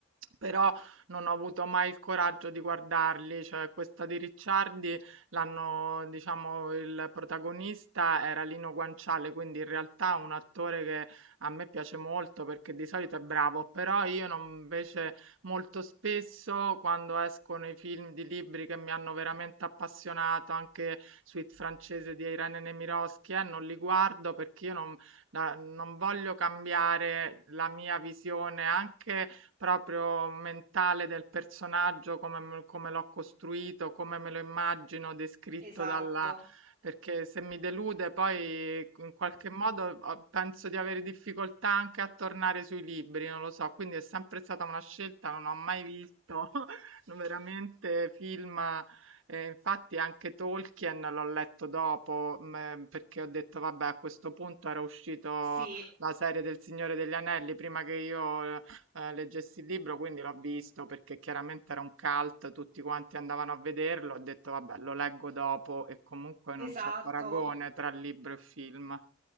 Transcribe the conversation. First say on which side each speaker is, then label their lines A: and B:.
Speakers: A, on the right; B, on the right.
A: Però non ho avuto mai il coraggio di guardarli, cioè questa di Ricciardi l'hanno, diciamo, il protagonista era Lino Guanciale, quindi in realtà un attore che a me piace molto perché di solito è bravo, però io non, invece molto spesso quando escono i film di libri che mi hanno veramente appassionato, anche Suite francese di Irene Nemirovsky, eh, non li guardo perché io non, la- non voglio cambiare la mia visione anche proprio mentale del personaggio, come, m- come l'ho costruito, come me lo immagino descritto
B: Esatto.
A: dalla... perché se mi delude poi in qualche modo ho- penso di avere difficoltà anche a tornare sui libri, non lo so, quindi è sempre stata una scelta, non ho mai visto <laughs> veramente film... Eh, infatti anche Tolkien l'ho letto dopo, mh, perché ho detto, vabbè, a questo punto era uscito
B: Sì,
A: la serie del Signore degli Anelli prima che io eh, leggessi il libro, quindi l'ho visto perché chiaramente era un cult, tutti quanti andavano a vederlo, ho detto vabbè, lo leggo dopo e comunque non
B: esatto.
A: c'è paragone tra libro e film.